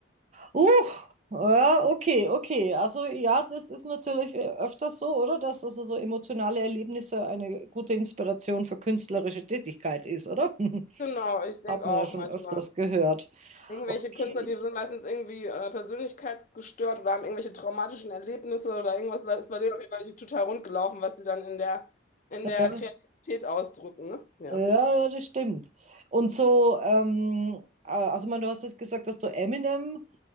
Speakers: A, on the right; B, on the left.
A: Uh, ja, okay, okay. Also ja, das ist natürlich äh, öfters so, oder? Dass also so emotionale Erlebnisse eine gute Inspiration für künstlerische Tätigkeit ist, oder? <laughs>
B: Genau, ich denke
A: Hat man
B: auch
A: ja schon
B: manchmal.
A: öfters gehört.
B: Irgendwelche
A: Okay.
B: Künstler, die sind meistens irgendwie äh, persönlichkeitsgestört oder haben irgendwelche traumatischen Erlebnisse oder irgendwas ist bei denen auf jeden Fall nicht total rund gelaufen, was sie dann in der, in
A: Ja,
B: der Kreativität ausdrücken, ne? Ja.
A: ja, ja, ja, das stimmt. Und so, ähm, äh, also man, du hast jetzt gesagt, dass du Eminem